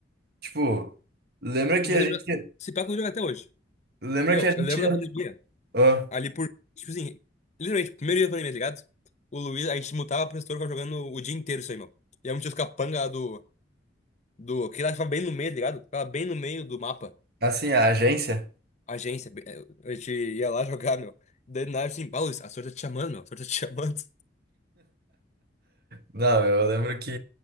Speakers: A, on the right; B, on the left.
A: Tipo, lembra que
B: O Luiz,
A: a gente.
B: é jo- se pá, que o Luiz joga até hoje.
A: Lembra
B: Meu,
A: que a gente.
B: eu lembro da pandemia.
A: Ah,
B: Ali por. Tipo assim, literalmente, primeiro dia da pandemia, tá ligado? O Luiz, a gente mutava pro setor, ficava jogando o dia inteiro isso aí, meu. E aí um tio capanga lá do. do que lá ficava bem no meio, tá ligado? Ficava bem no meio do mapa.
A: assim, a agência.
B: Agência. bem- eh, A gente ia lá jogar, meu. Daí nada assim, pá, Luiz, a sorte tá te chamando, meu. A sorte tá te chamando. <laughs>
A: Não, eu lembro que